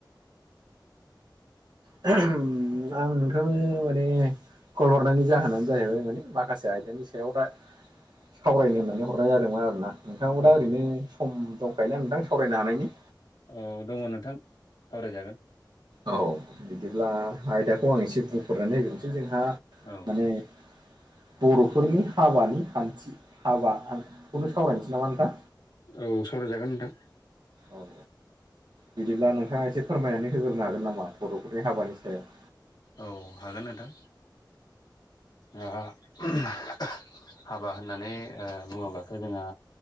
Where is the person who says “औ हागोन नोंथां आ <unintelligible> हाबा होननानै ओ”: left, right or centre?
Left